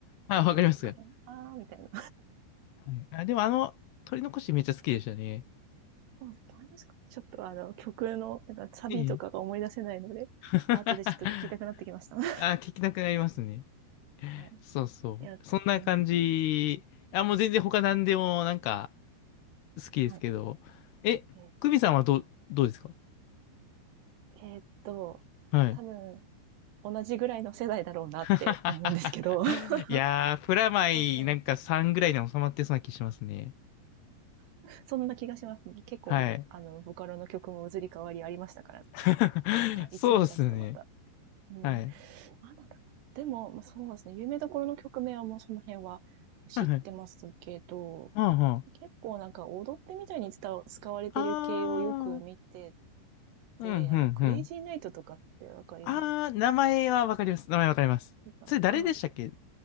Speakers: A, on the left; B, on the right.
A: あ、
B: 高いっていうか、
A: わかります。はい。
B: ああみたいな。
A: はい。あ、でも、あの、取り残しめっちゃ好きでしたね。
B: そうですね。わかりますかちょっとあの、曲の、なんかサビとかが思い出せないので、
A: ええ。<laughs>
B: 後でちょっと聞きたくなってきました。<laughs>
A: あー、聞きなくなりますね。
B: はい。
A: そうそう。
B: いや、
A: そんな感じ。
B: うん。
A: あ、もう全然他何でも、なんか、好きですけど。
B: はい。
A: え、
B: え、
A: クミさんはどう、どうですか
B: えーっと、
A: はい。
B: 多分、同じぐらいの世代だろうなって思うんですけど。
A: <laughs>
B: <laughs>
A: いやー、プラマイなんか3ぐらいで収まってそうな気しますね。
B: まさに。そんな気がしますね。結構、
A: はい。
B: あの、ボカロの曲も移り変わりありましたからね。
A: <laughs>
B: なんか、
A: そうっすね。
B: 一年経つとまた。うん。なんだったでも、
A: はい。
B: まあそうですね。有名どころの曲名はもうその辺は知ってますけど、
A: <laughs> はいはい。はんはん。
B: 結構なんか踊ってみたいに伝わ使われてる系をよく見て
A: あー、
B: て、
A: うん、
B: あの、
A: うん、
B: クレイジーナイトとかってわかりま
A: うん。あー、名前はわかります。名前わかります。
B: すかあ、
A: それ誰でしたっけ